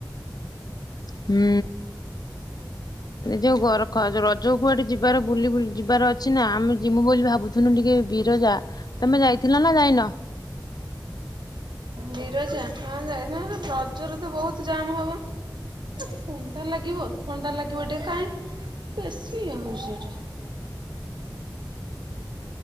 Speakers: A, on the left; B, on the right.
A: ହୁଁ।
B: ହ <unintelligible>
A: ଯୋଉ ଘର ଖ ରଜ କୁଆଡେ ଯିବାର ବୁଲି ବୁଲି ଯିବାର ଅଛି ନା ଆମେ ଯିମୁ ବୋଲି ଭାବୁଛୁ। ନୁ ଟିକେ ବିରଜା ତମେ ଯାଇଥିଲ ନା ଯାଇନ?
B: ବିରଜା ହଁ ଯାଇଥାନ୍ତୁ ରଜରେ ତ ବହୁତ ଜାମ ହବ। ଏଟା ଥଣ୍ଡା ଲାଗିବ ଥଣ୍ଡା ଲାଗିବ ଟିକେ କାହିଁ ବେଶୀ ଇଏ ହଉଛି ଏଟା।